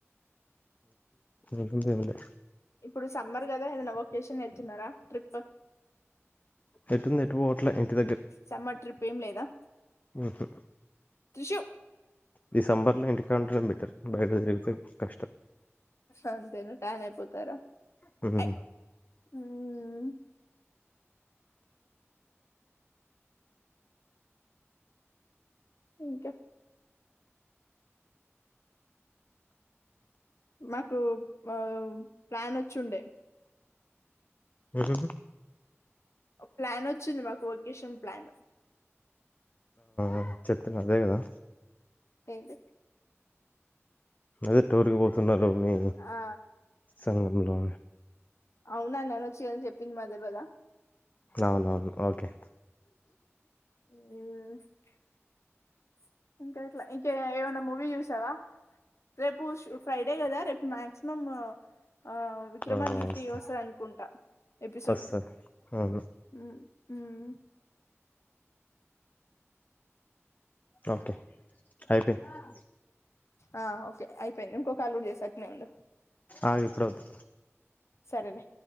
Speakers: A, on the left; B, on the left.
A: ఏముంది ఎంలే
B: ఇప్పుడు సమ్మర్ కదా ఏదైనా వకేషన్ వతున్నారా ట్రిప్
A: ఎటుంది ఎటు పోవట్లే ఇంటి
B: సమ్మర్ ట్రిప్ ఏం లేదా?
A: మ్మ్ హు
B: క్రిషు
A: డిసెంబర్ లో ఇంటికాడుండడం బెటర్. బయట తిరగటం కష్టం.
B: సన్ తోను ట్యాన్ అయిపోతారా?
A: మ్మ్
B: ఐ. ఉమ్, ఇంకా మాకు మా ప్లాన్ వచ్చుండే.
A: హుహు.
B: ఒ ప్లాన్ వచ్చింది మాకు. ఒకేషన్ ప్లాన్
A: మ్ చెప్తున్న అదే కదా?
B: ఏంటి
A: అదే టూరుగ్ బోతు న్నారని,
B: ఆ
A: సంగంలో
B: అవునా నానోచ్చిగద చెప్పింద్ మాక్ తెల్వదా?
A: అవునవును ఓకె
B: మ్ ఆ ఇంకా ఎట్లా ఇంకా ఏవైనా మూవీ చూసావా? రేపు శు ఫ్రైడే కదా! రేపు మాక్సిమం ఆమ్ విక్రమ్
A: ఆ
B: ఆన్ డ్యూటీ
A: వస్తా
B: వస్తదనుకుంటా ఎపిసోడ్.
A: వస్తా అవును
B: మ్మ్ మ్మ్
A: ఓకె అయిపైంది. ఆ
B: ఆ ఓకె. అయిపోయింది. ఇంకో కాల్ గుడ చేస్తా అట్నే ఉండు.
A: ఆ ఇప్పుడోద్దు.
B: సరేలె